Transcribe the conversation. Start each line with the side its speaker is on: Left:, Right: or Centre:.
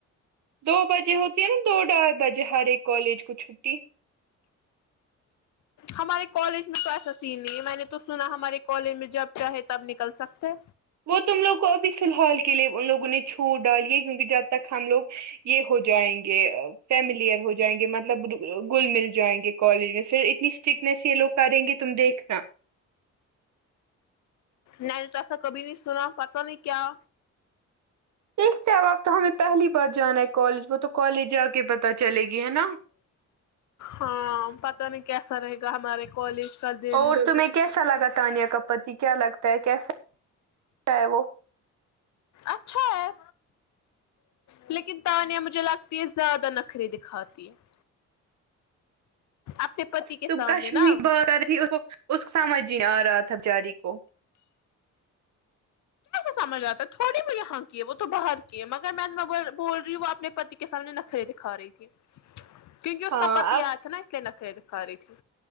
Right: دو بجے ہوتی ہے نا دو ڈائی بجے ہر ایک کالج کو چھٹی
Left: ہمارے کالج میں تو ایسا سین نہیں ہے میں نے تو سنا ہمارے کالج میں جب چاہے تب نکل سکتے
Right: وہ تم لوگ کو ابھی فلحال کے لیے ان لوگوں نے چھوٹ ڈالیے کیونکہ جب تک ہم لوگ یہ ہو جائیں گے فیمیلیئر ہو جائیں گے مطلب گل مل جائیں گے کالج میں پھر اتنی اسٹرکنیس یہ لوگ کریں گے تم دیکھنا
Left: میں نے تو ایسا کبھی نہیں سنا پتہ نہیں کیا
Right: دیکھتے ہے اب آپ تو ہمیں پہلی بار جانا ہے کال وہ تو کالج جا کے ہی پتہ چلے گی ہے نا
Left: ہاں پتا نہیں کیسا رہے گا ہمارے کالج کا دن
Right: اور تمہیں کیسا لگا تانیہ کا پتی کیا لگتا ہے کیسا ہے وہ
Left: اچھا ہے لیکن تانیا مجھے لگتی ہے زیادہ نخرے دکھاتی ہے اپنے پتی کے
Right: تو
Left: سامنے
Right: کشمیری
Left: نا
Right: بات آتی اس کو سمجھ نہیں آ رہا تھاچاری کو
Left: سمجھ آتا ہے تھوڑی وہ یہاں کی ہے وہ تو باہر کی ہے مگر میں بول رہی ہوں اپنے پتی کے سامنے نخرے دکھا رہی تھی کیونکہ اس
Right: ہاں
Left: کا پتی
Right: اب
Left: آیا تھا نا اس لیے نخرے دکھا رہی تھی